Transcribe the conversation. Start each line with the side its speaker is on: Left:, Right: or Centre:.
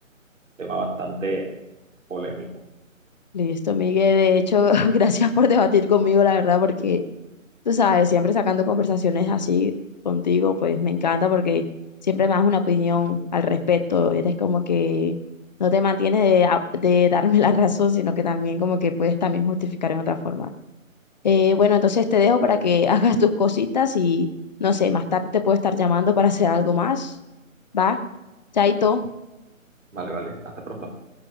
Right: Tema bastante polémico.
Left: Listo, Miguel. De hecho, <laughs> gracias por debatir conmigo, la verdad, porque tú sabes, siempre sacando conversaciones así contigo, pues me encanta porque siempre me das una opinión al respecto. Eres como que no te mantienes de, a- de darme la razón, sino que también como que puedes también justificar en otra forma. Eh, bueno, entonces te dejo para que <laughs> hagas tus cositas y no sé, más tarde te puedo estar llamando para hacer algo más. ¿Va? Chaito.
Right: Vale, vale. Hasta pronto.